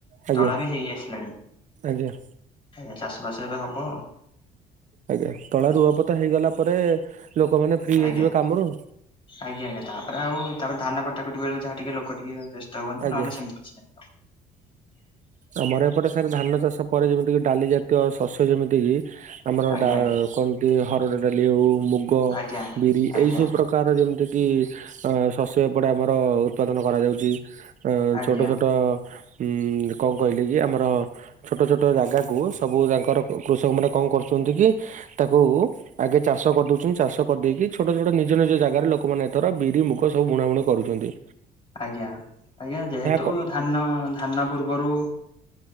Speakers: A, on the right; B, on the left.
A: ଆଜ୍ଞା
B: ତଳା ବି ହେଇ ଆସିଲାଣି।
A: ଆଜ୍ଞା।
B: ଆଜ୍ଞା ଚାଷବାସ ଏବେ ହବ।
A: ଆଜ୍ଞା ତଳା ରୁଆପୋତା ହେଇଗଲା ପରେ ଲୋକମାନେ ଫ୍ରି
B: ଆଜ୍ଞା।
A: ହେଇଯିବେ କାମରୁ।
B: ଆଜ୍ଞା ଆଜ୍ଞା ତାପରେ ଆଉ ତାପରେ ଧାନ କଟାକଟି ବେଳୁକୁ ଯାହା ଟିକେ ଲୋକ ଟିକେ ବେସ୍ତ ହୁଅନ୍ତି
A: ଆଜ୍ଞା
B: ନହେଲେ ସେମିତି କିଛି ନାହିଁ।
A: ଆମର ଏପଟେ ସାର୍ ଧାନ ଚାଷ ପରେ ଯେମିତି କି ଡାଲି ଜାତୀୟ ଶସ୍ୟ ଯେମିତି କିି ଆମର
B: ଆଜ୍ଞା
A: ଡା
B: ଆଜ୍ଞା
A: କୁହନ୍ତି ହରଡ ଡାଲି ଆଉ ମୁଗ
B: ଆଜ୍ଞା
A: ବିରି
B: ଆଜ୍ଞା
A: ଏଇ ସବୁ ପ୍ରକାର ଯେମିତି କି ଅ ଶସ୍ୟ ଏପଟେ ଆମର ଉତ୍ପାଦନ କରାଯାଉଚି। ଅ
B: ଆଜ୍ଞା
A: ଛୋଟ ଛୋଟ ଉଁ କଣ କହିଲେ କି ଆମର ଛୋଟ ଛୋଟ ଜାଗାକୁ ସବୁ ତାଙ୍କର କୁ କୃଷକମାନେ କଣ କରୁଚନ୍ତି କି ତାକୁ ଆଗେ ଚାଷ କରିଦଉଚନ୍ତି ଚାଷ କରିଦେଇକି ଛୋଟ ଛୋଟ ନିଜ ନିଜ ଜାଗାରେ ଲୋକମାନେ ଏଥର ବିରି ମୁଗ ସବୁ ବୁଣାବୁଣି କରୁଚନ୍ତି।
B: ଆଜ୍ଞା ଆଜ୍ଞା ଯେହେତୁ
A: କ
B: ଧାନ ଧାନ ପୂର୍ବରୁ